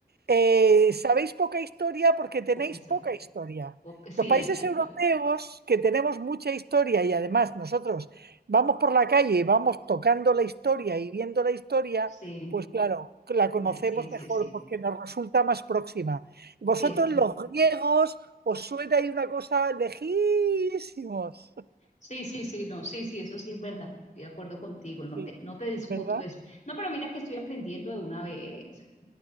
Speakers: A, on the right; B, on the left.
A: Eh, sabéis poca historia porque tenéis
B: ok, sorry.
A: poca historia.
B: Ok, sí,
A: Los países
B: exactamente.
A: europeos que tenemos mucha historia y además nosotros vamos por la calle y vamos tocando la historia y viendo la historia,
B: Sí,
A: pues claro, la conocemos
B: la- sí, sí,
A: mejor
B: sí.
A: porque nos resulta más próxima. Vosotros
B: Sí, es así.
A: los griegos os suena ahí una cosa lejísimos.
B: Sí, sí, sí, no, sí, sí, eso sí es verdad. Estoy de acuerdo contigo, no
A: Sí,
B: te, no te discuto
A: ¿verdad?
B: eso. No, pero mira que estoy aprendiendo de una vez.